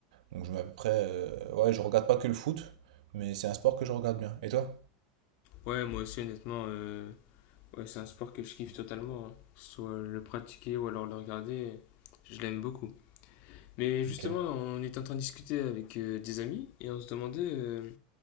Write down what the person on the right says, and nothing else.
donc, je mets à peu près. euh, ouais, je regarde pas que le foot, mais c'est un sport que je regarde bien. Et toi?
Ok.